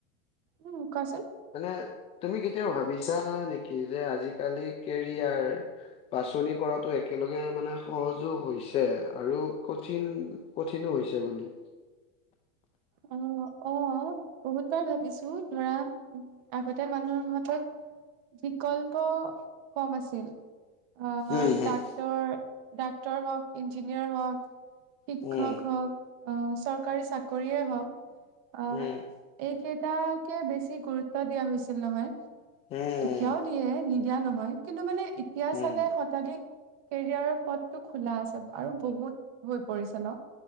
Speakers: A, on the right (about 45°); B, on the left (about 15°).
A: উম কোৱাচোন
B: মানে তুমি কেতিয়াবা ভাবিছা নেকি যে আজিকালি কেৰিয়াৰ বাচনি কৰাটো একেলগে মানে সহজো হৈছে আৰু কঠিন কঠিনো হৈছে বুলি
A: অ অ বহুত বাৰ ভাবিছো ধৰা উম আগতে মানুহৰ হাতত বিকল্প কম আছিল, আহ
B: উম হম
A: তাক তোৰ ডাক্তৰ হওক, ইঞ্জিনিয়াৰ হওঁক শিক্ষক
B: উম
A: হওক, অ' চৰকাৰী চাকৰিয়ে হওক আ
B: উম
A: এইকেইটাকে বেছি গুৰুত্ব দিয়া হৈছিল নহয়।
B: উম
A: এতিয়াও দিয়ে নিদিয়া নহয় কিন্তু মানে এতিয়া
B: উম,
A: চালে শতাধিক কেৰিয়াৰৰ পথটো খোলা আছে, আৰু বহুত হৈ পৰিছে ন'